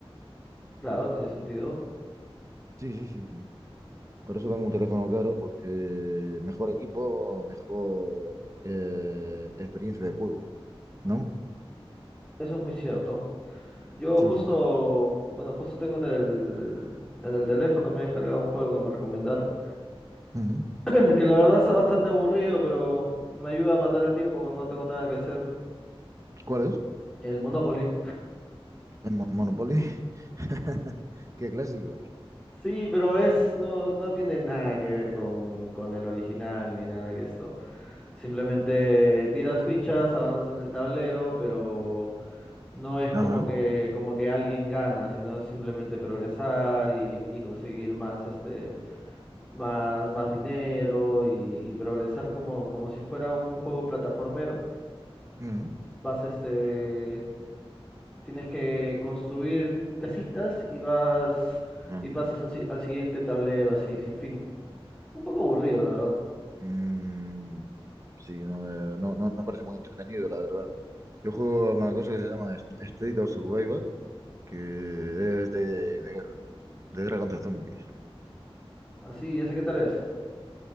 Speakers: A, in the centre; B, on the right (about 35°).
A: Claro, tiene sentido.
B: Sí, sí, sí, sí. Por eso tengo un teléfono caro, porque mejor equipo, mejor eh, experiencia de juego, ¿no?
A: Eso es muy cierto. Yo
B: Sí,
A: justo,
B: sí.
A: bueno, justo tengo en el, en el teléfono, me he descargado un juego que me recomendaron.
B: Ujú.
A: <clears throat> Que la verdad está bastante aburrido, pero me ayuda a matar el tiempo cuando no tengo nada que hacer.
B: ¿Cuál es?
A: El Monopoly.
B: El Mo- Monopoly. <laughs> Qué clásico.
A: Sí, pero es, no, no, no tiene nada que ver con, con el original ni nada que esto. Simplemente tiras fichas, avanzas en el tablero, pero no es
B: Ajá.
A: como que, como que alguien gana, sino es simplemente progresar y, y conseguir más, este, más, más dinero y, y progresar como, como si fuera un juego plataformero.
B: Ujú.
A: Vas, este, tienes que construir casitas y vas
B: Ah,
A: y pasas al, si- al siguiente tablero así, sin fin. Un poco aburrido, la verdad.
B: mm, sí, no, eh, no, no, no parece muy entretenido, la verdad. Yo juego a una cosa que se llama St- State of Survival, que es de, de guerra, de guerra contra zombies.
A: Así, ¿ese qué tal es?